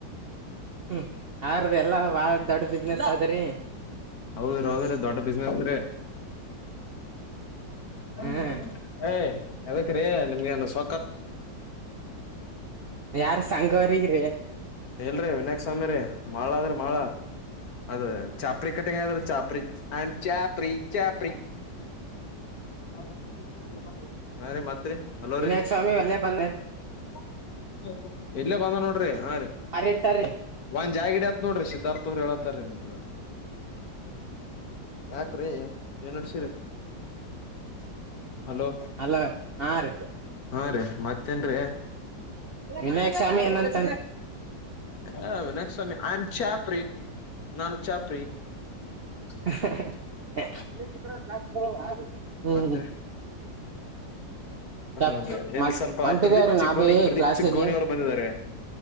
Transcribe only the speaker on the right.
ಹ್ಮ್ ಅವ್ರದ ಎಲ್ಲಾ ಬಾಳ ದೊಡ್ ಬಿಸ್ನೆಸ್ ಅದ್ರರಿ
ಹ್ಮ್
ಯಾರ್ ಸಂಗವರಿರೀ
ವಿನಾಯಕ್
ಸ್ವಾಮಿ ಅಲ್ಲೇ ಬಂದ
ಯಾರ ಇಟ್ಟಾರಿ
ಅಲೋ ಹಾ ರೀ
ವಿನಾಯಕ್ ಸ್ವಾಮಿ ಏನಂತ
<unintelligible> <unintelligible> ಹ್ಮ್
ಚಪ್ ಮತ್
ಹೊಂಟಿದೇವ್ರಿ
ನಾ ಬಿ
ಕ್ಲಾಸಿಗೆ